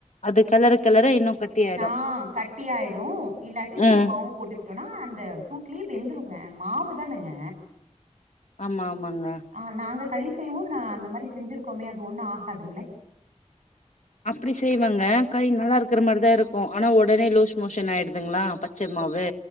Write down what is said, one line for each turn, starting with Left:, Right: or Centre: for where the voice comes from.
Left: அது கெலரக்கெலர இன்னு கட்டி ஆயிடு
Right: ஆஹ் கட்டியாயிடும் இல்லாட்டி
Left: ம்
Right: இந்த மாவு போட்டுக் டோனா அந்த சூட்லயே வெந்துருங்க மாவு தானங்க
Left: ஆமா ஆமாங்க
Right: ஆ நாங்க களி செய்யும்போது நா அந்த மாதிரி செஞ்சிருக்கோமே அது ஒண்ணும் ஆகாதுங்களே
Left: அப்டி செய்வாங்க கய் நல்லாக்கிற மாதிரி தான் இருக் கு ஆனா உடனே லூஸ் மோஷன் ஆயிடுதுங்களா பச்ச மாவு